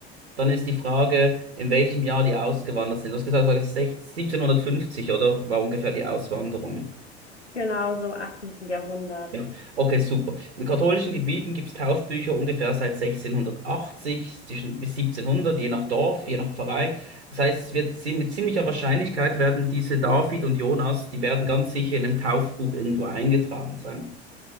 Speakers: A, on the right; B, on the left.
A: dann ist die Frage, in welchem Jahr die ausgewandert sind. Du hast gesagt, es war 16 1750, oder? War ungefähr die Auswanderung.
B: Genau, so im 18. Jahrhundert.
A: Ja, okay, super. In katholischen Gebieten gibt es Taufbücher ungefähr seit 1680 zwischen, bis 1700, je nach Dorf, je nach Pfarrei. Das heißt, es wird ziem- mit ziemlicher Wahrscheinlichkeit werden diese David und Jonas, die werden ganz sicher in einem Taufbuch irgendwo eingetragen sein.